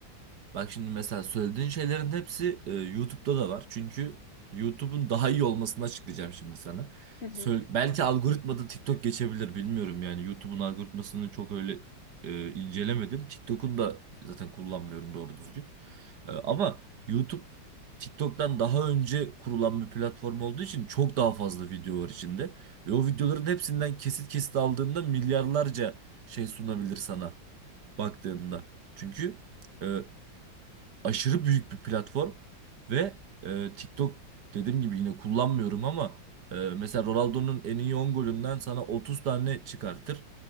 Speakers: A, on the right; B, on the left.
A: Bak şimdi mesela söylediğin şeylerin hepsi e, YouTube'da da var. Çünkü YouTube'un daha iyi olmasını açıklayacağım şimdi sana.
B: <laughs> Hı hı,
A: Söyle, belki algoritmada TikTok geçebilir bilmiyorum yani. YouTube'un algoritmasını çok öyle e, incelemedim. TikTok'un da zaten kullanmıyorum doğru düzgün. Ee, Ama YouTube TikTok'tan daha önce kurulan bir platform olduğu için çok daha fazla video var içinde. Ve o videoların hepsinden kesit kesit aldığında milyarlarca şey sunabilir sana baktığında. Çünkü e, aşırı büyük bir platform ve e, TikTok dediğim gibi yine kullanmıyorum ama e, mesela Ronaldo'nun en iyi 10 golünden sana 30 tane çıkartır.